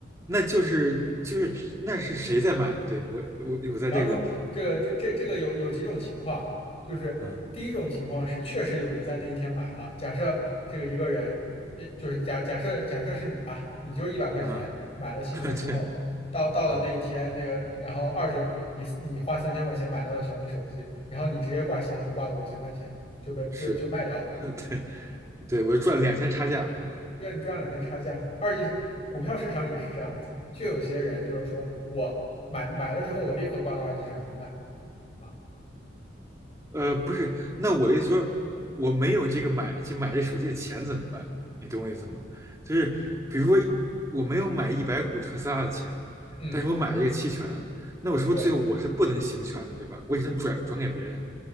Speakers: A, on the right (about 15°); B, on the left (about 35°).
A: 那就是就是那是谁在买的对我我我在这个问题，
B: 两种，这个这这这个有有几种情况，就是第一种情况是确实有人在那一天买了，
A: 嗯
B: 假设这个一个人，呃，就是假假设假设是你吧，你就一百块钱买了期权之后，
A: 嗯，<laughs> 对，
B: 到到了那一天，
A: 嗯。
B: 那个你然后二手你你花三千块钱买到了小米手机，然后你直接挂闲鱼挂了五千块钱就被就就卖掉了。
A: 是，<laughs> 对对，我就赚了两千差价，对吧？
B: 对，你赚两天差价。
A: 嗯，
B: 二级市股票市场也是这样子，就有些人就是说我买买了之后，我立刻挂到二级市场去卖啊。
A: 呃，不是，那我的意思说，我没有这个买就买这手机的钱怎么办？你懂我意思吗？就是比如说我没有买一百股特斯拉的钱，
B: 嗯，
A: 但是我买了一个期权，那我是不是最后我是不能行权的，
B: 对
A: 对吧？我只能转转给别人。